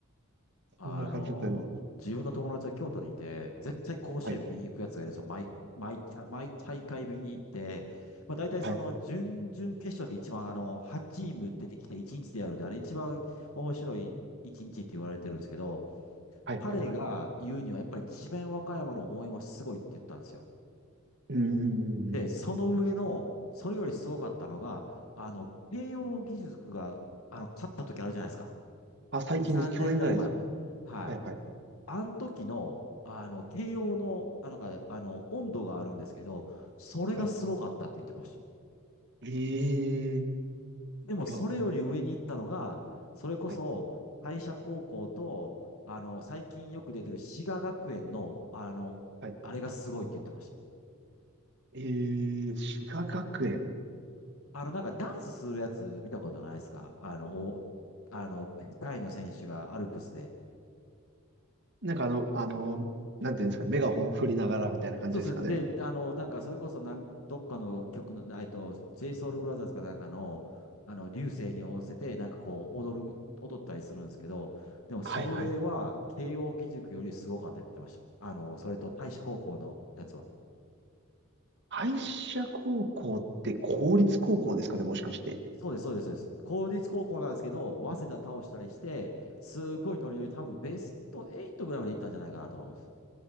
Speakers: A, on the left; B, on the right.
A: あの、
B: そんな感じだったの。
A: 自分の友達は京都にいて、絶対甲子園見に行くやつがいるんですよ。
B: はい、
A: 毎、毎、毎大会見に行って、まあ大体その準々決勝って一番あの、
B: はい、
A: 8チーム出てきて1日でやるんで、あれ一番面白い1日って言われてるんですけど、
B: はい、
A: 彼が言うには、
B: はい、はい。
A: やっぱり智弁和歌山の応援はすごいって言ったんですよ。
B: うん、うん、
A: で、
B: うんうん。
A: その上の、それよりすごかったのが、あの、慶応義塾が、あの、勝った時あるじゃないですか。
B: あ、最近です。
A: 2、3年ぐらい前。
B: 去年ぐらいですよね。
A: はい。
B: はい、はい、
A: あの時の、あの、慶応の、あの、なんか、あの、温度があるんですけど、それがすごかったって言ってました。
B: はい。ええい
A: でも、それより上に行ったのが、
B: や、
A: それこそ、
B: はい、
A: 会社高校と、あの、最近よく出てる滋賀学園の、あの、
B: はい。
A: あれがすごいって言ってました。
B: ええ滋賀学園。
A: あの、なんかダンスするやつ見たことないですかあの、おあの、タイの選手がアルプスで。
B: なんかあの、あの、なんていうんですかね、メガホンを振りながらみたいな感じですかね。
A: そうそうで、あの、なんかそれこそなん、どっかの曲の、えっと、JSOULBROTHERS かなんかの、あの、流星に合わせて、なんかこう、踊る、踊ったりするんですけど、でもそれは、
B: はい、はい。
A: 慶応義塾よりすごかったって言ってました。あの、それと太子高校のやつは。
B: 敗者高校って公立高校ですかね、もしかして。
A: そうです、そうです、そうです。公立高校なんですけど、早稲田倒したりして、すごいノリノリ、多分ベスト8ぐらいまで行ったんじゃないかなと思います。